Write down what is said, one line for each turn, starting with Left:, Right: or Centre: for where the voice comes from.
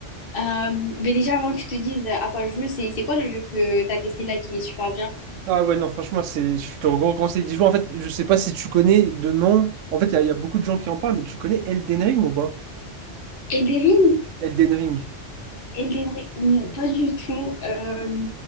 Left: Euh, mais déjà, avant que je te dise à quoi je joue, c'est, c'est quoi le jeu que t'as testé là qui est super bien?
Right: Ah ouais, non, franchement, c'est, je te conseil d'y jouer. En fait, je sais pas si tu connais de nom. En fait, il y, a il y a beaucoup de gens qui en parlent, mais tu connais Elden Ring ou pas?
Left: Elden Ring?
Right: Elden Ring.
Left: Elden Ring? non, Pas du tout. Euh,